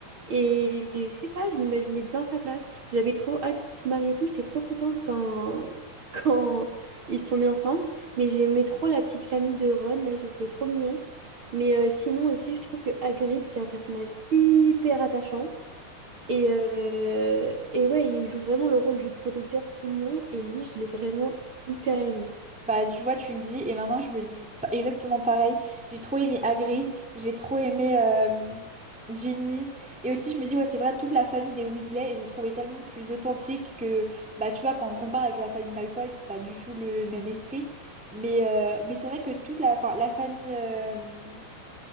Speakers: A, on the right; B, in the centre.
A: Et je sais pas, je m'imaginais bien à sa place. J'avais trop hâte qu'ils se marient et tout. J'étais trop contente quand... <laughs> quand ils se sont mis ensemble. Mais j'aimais trop la petite famille de Ron. Là, je les trouvais trop mignon Mais euh, sinon aussi, je trouve que Hagrid, c'est un personnage hyper attachant. Et, euh, et ouais, il joue vraiment le rôle du protecteur tout le long. Et lui, je l'ai vraiment hyper aimé.
B: Bah, tu vois, tu le dis, et maintenant je me dis pa- exactement pareil. J'ai trop aimé Hagrid, j'ai trop aimé euh, Ginny, et aussi je me dis, ouais, c'est vrai, toute la famille des Weasley, je l'ai trouvé tellement plus authentique que, bah, tu vois, quand on compare avec la famille Malfoy, c'est pas du tout le même esprit. Mais, euh, mais c'est vrai que toute la, enfin, la famille, euh,